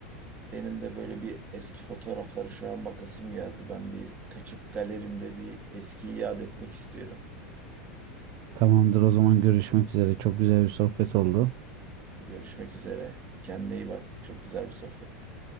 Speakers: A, on the right; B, on the right.
A: benim de böyle bir eski fotoğraflara şu an bakasım geldi. Ben bir kaçıp galerimde bir eskiyi yad etmek istiyorum.
B: Tamamdır o zaman görüşmek üzere. Çok güzel bir sohbet oldu.
A: Görüşmek üzere. Kendine iyi bak. Çok güzel bir sohbetti.